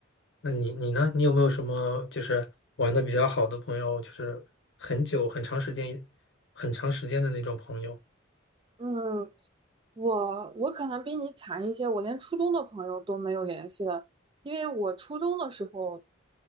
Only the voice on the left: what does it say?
那你你呢？你有没有什么就是玩的比较好的朋友，就是很久、很长时间、很长时间的那种朋友？